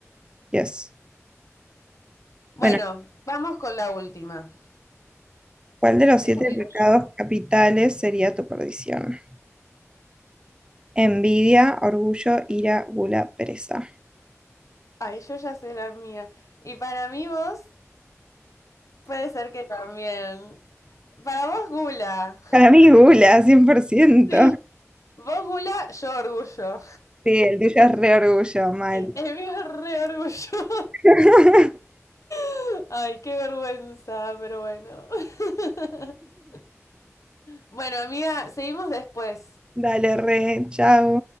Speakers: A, on the right; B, on the left.
A: Yes.
B: Bueno,
A: Bueno,
B: vamos con la última.
A: ¿cuál de los siete
B: Esta la digo
A: pecados
B: yo.
A: capitales sería tu perdición? Envidia, orgullo, ira, gula, pereza.
B: Ay, yo ya sé la mía. Y para mí vos Puede ser que también. Para vos, Gula.
A: Para mí gula, 100%.
B: Sí. Vos, Gula, yo orgullo.
A: Sí, el tuyo es re orgullo, mal.
B: El mío es re orgullo.
A: <laughs>
B: <laughs> Ay, qué vergüenza, pero bueno. <laughs> Bueno, amiga, seguimos después.
A: Dale, re, chao.